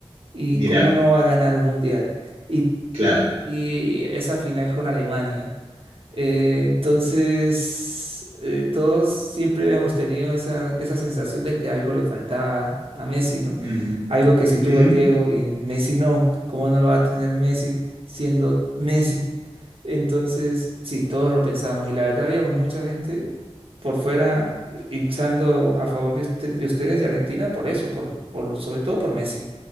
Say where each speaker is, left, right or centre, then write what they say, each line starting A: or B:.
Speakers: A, on the right; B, on the right.
A: y
B: Mira,
A: cómo no va a ganar un mundial, y
B: claro.
A: y esa final con Alemania. Eh, entonces, eh, todos siempre habíamos tenido esa, esa sensación de que algo le faltaba a Messi, ¿no?
B: Ujú,
A: Algo que sí
B: ujú.
A: tuvo el Diego y Messi no. ¿Cómo no lo va a tener Messi siendo Messi? Entonces, sí, todos lo pensamos y la verdad habíamos mucha gente por fuera hinchando a favor de, usted- de ustedes de Argentina por eso, por, por, sobre todo por Messi.